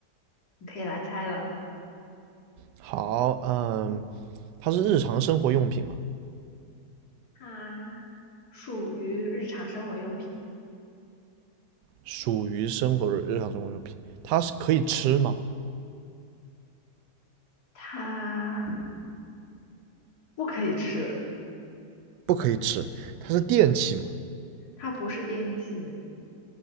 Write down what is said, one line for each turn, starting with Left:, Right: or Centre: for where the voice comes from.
Left: 你可以来猜了。
Right: 好，嗯，它是日常生活用品嘛，
Left: 它属于日常生活用品，
Right: 属于生活日常生活用品。它是可以吃吗？
Left: 它不可以吃，
Right: 不可以吃，它是电器嘛。
Left: 它不是电器，